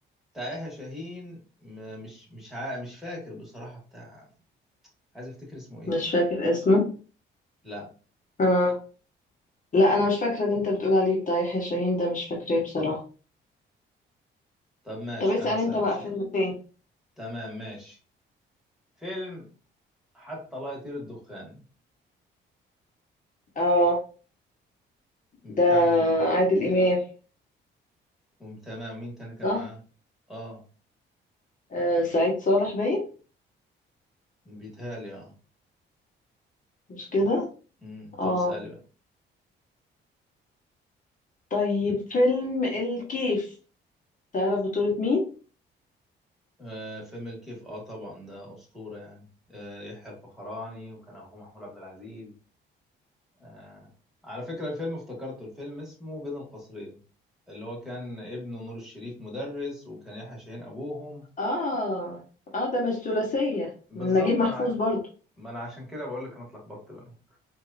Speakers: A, in the centre; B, on the left (about 40°).
A: بتاع يحيى شاهين م- مش مش عا... مش فاكر بصراحه بتاع عايز افتكر اسمه ايه
B: مش فاكر اسمه
A: لا
B: آه. لا أنا مش فاكرة اللي انت بتقول عليه بتاع يحيى شاهين ده مش فاكراه بصراحة
A: طب ماشي
B: طب اسأل
A: انا اسالك
B: انت بقى
A: سؤال
B: فيلم تاني
A: تمام ماشي فيلم حتى لا يطير الدخان
B: اه
A: بتاع
B: ده
A: مين
B: عادل إمام
A: وتمام مين تاني كان
B: صح
A: معاه اه
B: آه، سعيد صالح باين
A: بيتهيألي اه
B: مش كده
A: امم طب
B: اه
A: اسالي بقى
B: طيب فيلم الكيف تعرف بطولة مين
A: آه فيلم الكيف اه طبعا ده اسطوره يعني آه يحيى الفخراني وكان اخوه محمود عبد العزيز آه. على فكرة الفيلم افتكرته الفيلم اسمه بين القصرين اللي هو كان ابنه نور الشريف مدرس وكان يحيى شاهين أبوهم
B: اه اه ده مش ثلاثية
A: بالظبط
B: من نجيب محفوظ
A: ما أنا ع-
B: برضو
A: ما أنا عشان كده بقول لك أنا اتلخبطت بينهم